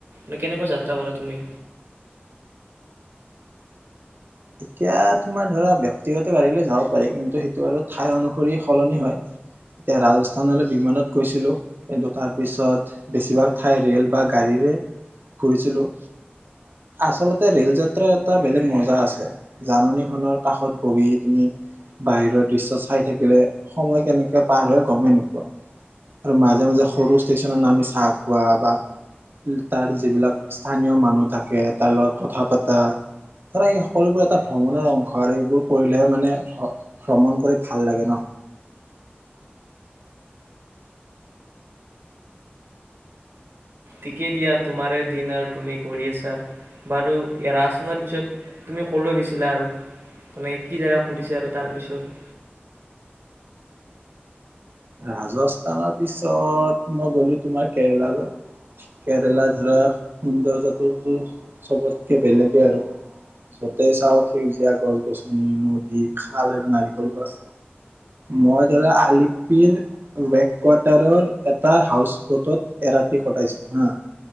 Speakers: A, on the right; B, on the right.
A: মে কেনেকৈ যাত্ৰা কৰা তুমি?
B: এতিয়া তোমাৰ ধৰা ব্যক্তিগত গাড়ীলৈ যাব পাৰি কিন্তু সেইটো আৰু ঠাই অনুসৰি সলনি হয়, এতিয়া ৰাজস্থানলৈ বিমানত গৈছিলো কিন্তু তাৰ পিছত বেছিভাগ ঠাই ৰেল বা গাড়ীৰে ঘুৰিছিলো, আচলতে ৰেল যাত্ৰা এটা বেলেগ মজা আছে। জাননীখনৰ কাষত বহি তুমি বাহিৰৰ দৃশ্য চাই থাকিলে সময় কেনেকে পাৰ হৈ গমেই নোপোৱা, আৰু মাজে মাজে সৰু ষ্টেচনত নামি চাহ খোৱা বা তাৰ যিবিলাক স্থানীয় মানুহ থাকে তাৰ লগত কথা পতা ধৰা সকলোবোৰ এটা ভ্ৰমণৰ অংশ আৰু এইবোৰ কৰিলেহে মানে ভ্ৰমণ কৰি ভাল লাগে ন?
A: ঠিকে দিয়া তোমাৰে দিন আৰু তুমি ঘূৰি আছা বাৰু এৰাচাৰ পিছত তুমি কলৈ গৈছিলা আৰু মানে কি জেগা ফুৰিছা আৰু তাৰপিছত?
B: ৰাজস্থানৰ পিছত মই গলো তোমাৰ কেৰেলালৈ কেৰেলা ধৰা সৌন্দৰ্যটো চবতকে বেলেগেই আৰু য'তেই চাওঁ সেউজীয়া গছ গছনি নদী খাল আৰু নাৰিকল গছ, মই ধৰা আলি ৱেক কোৱাৰ্টাৰৰ এটা হাউচ বটত এৰাতি কটাইছিল হা